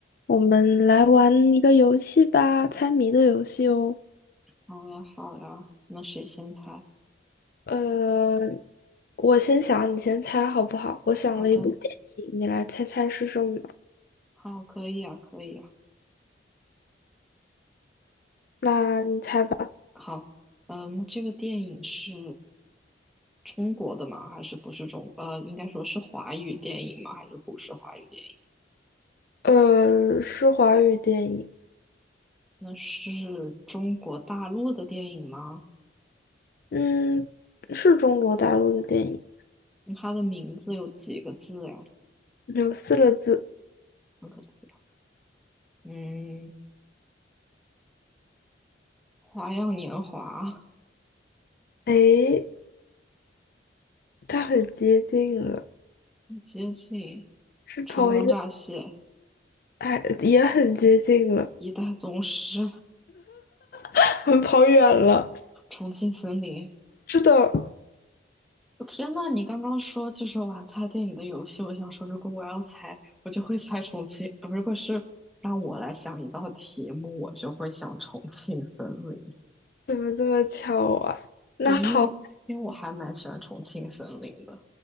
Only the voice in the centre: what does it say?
好呀，好呀，那谁先猜？
好的，
好，可以啊，可以啊。
好，嗯，那这个电影是中国的吗？还是不是中？呃，应该说是华语电影吗？还是不是华语电影？
那是中国大陆的电影吗？
那它的名字有几个字呀？
四个字啊。嗯，《花样年华》
接近
《春光乍泄》
《一代宗师》
《重庆森林》
天呐，你刚刚说就是玩猜电影的游戏，我想说，如果我要猜，我就会猜重庆。呃如果是让我来想一道题目，我就会想重庆森林。
对，因为因为我还蛮喜欢重庆森林的。